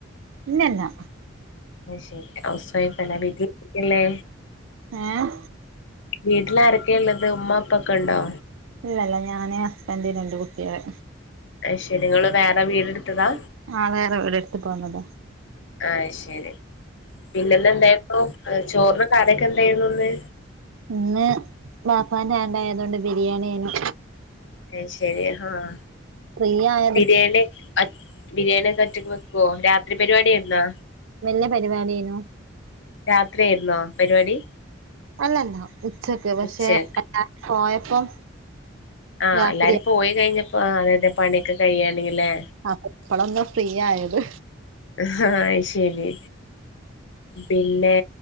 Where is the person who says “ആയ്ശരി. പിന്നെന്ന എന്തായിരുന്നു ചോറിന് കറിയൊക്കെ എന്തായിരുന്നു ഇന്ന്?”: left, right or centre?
Left